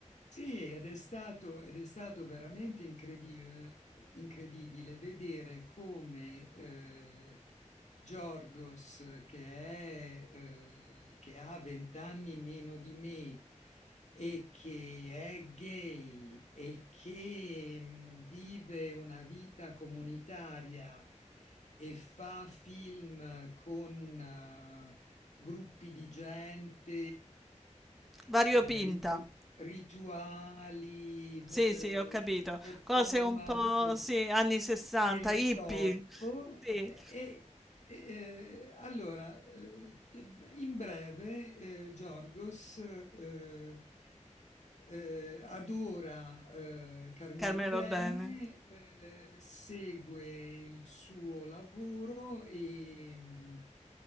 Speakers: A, on the left; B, in the centre.
A: Sì, ed è stato, ed è stato veramente incredibile, incredibile vedere come eh, Giorgos, che, è, eh, che ha vent'anni meno di me e che è gay e che mh, vive una vita comunitaria e fa film con eh, gruppi di gente
B: Variopinta.
A: eh, ritu- rituali, eh,
B: Sì, sì, ho capito.
A: performance
B: Cose un po' sì, anni 60,
A: del
B: hippie.
A: corpo
B: Sì,
A: e, e- e, eh, allora, eh, in breve, eh, Giorgos eh, eh, adora eh, Carmelo
B: Carmelo
A: Bene,
B: Bene.
A: eh, segue il suo lavoro e,